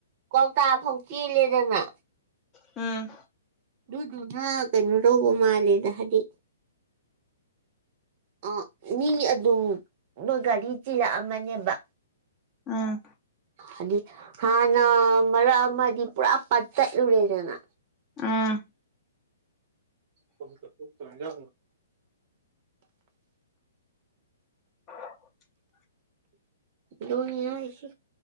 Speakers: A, on the right; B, on the left.
A: ꯀꯧꯇꯥ ꯐꯥꯎ ꯆꯦꯜꯂꯦꯗꯅ
B: ꯎꯝ
A: ꯑꯗꯨꯗꯨꯅ ꯀꯩꯅꯣ ꯇꯧꯕ ꯃꯥꯜꯂꯦꯗ ꯍꯥꯏꯗꯤ ꯑ ꯃꯤ ꯑꯗꯨꯅ ꯒꯥꯔꯤ ꯆꯤꯜꯂꯛꯑꯃꯅꯦꯕ
B: ꯑꯥ
A: ꯍꯥꯏ ꯍꯥꯟꯅ ꯃꯔꯛ ꯑꯃꯗꯤ ꯄꯨꯔꯥ ꯄꯠꯠꯇꯠꯂꯨꯔꯦꯗꯅ
B: ꯑꯥ
A: ꯐꯛꯇ ꯐ ꯌꯥ
B: <inaudible>
A: ꯂꯁꯤ